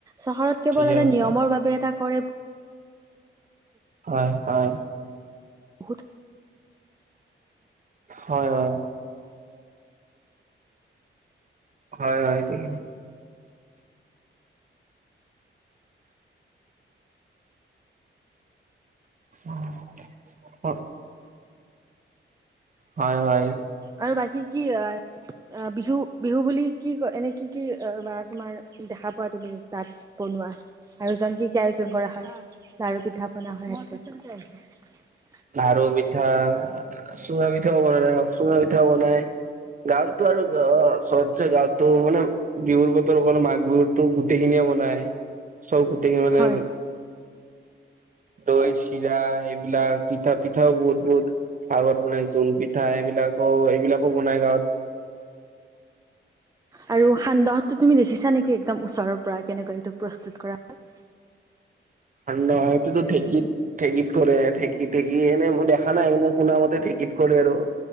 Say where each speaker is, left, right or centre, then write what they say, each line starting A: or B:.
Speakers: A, on the right; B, on the right.
A: চহৰত কেৱল
B: ঠিকে
A: এটা
B: কৈছা
A: নিয়মৰ বাবে এটা কৰে।
B: হয়, হয়।
A: বহুত
B: হয়, হয়। হয়, হয় ঠিক। <unintelligible> হয় হয়
A: আৰু বাকী কি হয়?
B: <inaudible>
A: বিহু বিহু বুলি কি কয় এনেই কি কি বা তোমাৰ দেখা পোৱা তুমি তাত বনোৱা? আয়োজন কি কি আয়োজন কৰা হয় লাৰু পিঠা পনা হয় <unintelligible>
B: লাৰু পিঠা চুঙা পিঠাও <unintelligible> চুঙা পিঠাও বনায়। গাঁৱতো আৰু চবছে গাঁৱতো মানে বিহুৰ বতৰ অল মাঘ বিহুুৰতো গোটেইখিনিয়ে নাই চব গোটকে মানে
A: হয়
B: দৈ, চিৰা এইবিলাক। পিঠা, পিঠাও বহুত বহুত পাগত বনাই জোনপিঠা এইবিলাকো এইবিলাকো বনাই গাৱত। <inaudible>
A: আৰু সান্দহতো তুমি দেখিছা নেকি একদম ওচৰৰ পৰা কেনেকৈ সেইটো প্ৰস্তুত কৰা হয়।
B: সান্দহ সেইটো ঢেঁকীত ঢেঁকীত কৰে, ঢেঁকীত ঢেঁকী এনে মই দেখা নাই এনে শুনা মতে ঢেঁকী <unintelligible> কৰে আৰু।